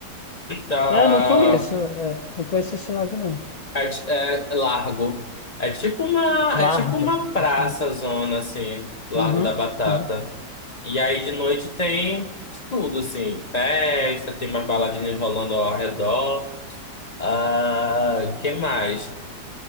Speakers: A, on the left; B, on the left.
A: Ah,
B: Eu não conheço, é, não conheço esse lago, não.
A: é, ti- é largo. É tipo uma,
B: Largo.
A: é tipo uma praça
B: Assim.
A: zona, assim, Lago
B: Uhum,
A: da Batata.
B: uhum.
A: E aí de noite tem de tudo, assim, festa, tem umas baladinhas rolando ao redor. Ah, que mais?